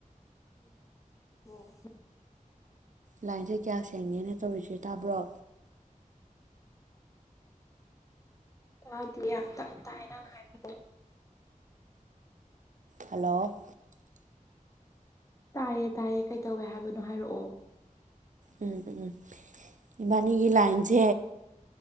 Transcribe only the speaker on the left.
ꯑꯣ
ꯇ ꯑ ꯇꯅ ꯇꯥꯏꯅ ꯍꯥꯏꯣ
ꯇꯥꯏꯌꯦ ꯇꯥꯏꯌꯦ ꯀꯩ ꯇꯧꯋꯦ ꯍꯥꯏꯕꯅꯣ ꯍꯥꯏꯔꯛꯑꯣ